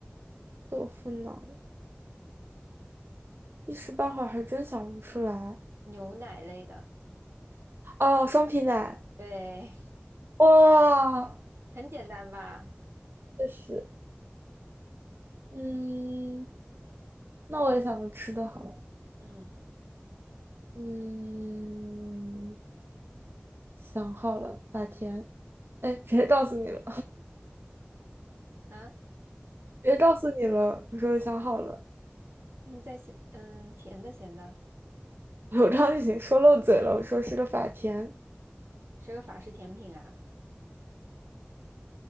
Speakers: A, on the right; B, on the right.
A: 豆腐脑？一时半会儿还真想不出来。
B: 牛奶类的，
A: 哦，双皮奶。
B: 对，
A: 哇，
B: <laughs> 很简单吧？
A: 确实，嗯，那我也想个吃的好了，
B: 嗯
A: 嗯，想好了，法甜，哎，直接告诉你了，
B: 啊，
A: <laughs> 直接告诉你了，我说想好了，
B: 嗯，在咸，嗯，甜的咸的，
A: <laughs> 我刚刚已经说漏嘴了，我说是个法甜，
B: 是个法式甜品啊，